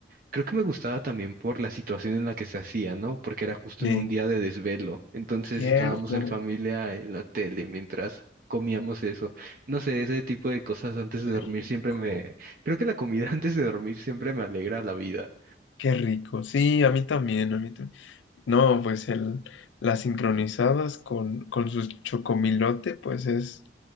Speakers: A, on the right; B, on the left.
A: Creo que me gustaba también por la situación en la que se hacía, ¿no? Porque era justo
B: eh,
A: en un día de desvelo. Entonces
B: Cierto.
A: estábamos en familia en la tele mientras comíamos eso. No sé, ese tipo de cosas antes
B: Qué
A: de
B: rico.
A: dormir siempre me... Creo que la comida <laughs> antes de dormir siempre me alegra la vida.
B: Qué rico. Sí, a mí también, a mí también. No, pues el, las sincronizadas con, con su chocomilote, pues es,